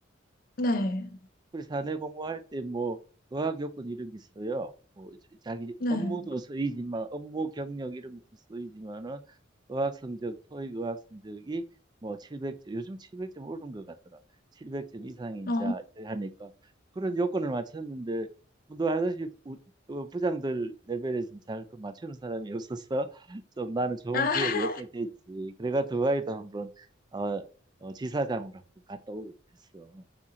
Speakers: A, on the left; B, on the right.
A: 네.
B: 그리고 사내 공부할 때 뭐 의학 요건 이런 게 있어요. 뭐 자기
A: 네.
B: 업무도 쓰이지만 업무 경력 이런 것도 쓰이지만은 의학 성적, 토익 의학 성적이 뭐 700점, 요즘 700점 오른 것 같더라. 700점 이상인
A: 어.
B: 자 하니까 그런 요건을 맞췄는데 뭐 너 알다시피 부- 어, 부장들 레벨에서는 잘 그 맞추는 사람이 없어서 <laughs> 좀 나는 좋은
A: <laughs>
B: 기회를 얻게 됐지. 그래가 두바이도 한번 어, 어, 지사장으로 한번 갔다 오고 그랬어.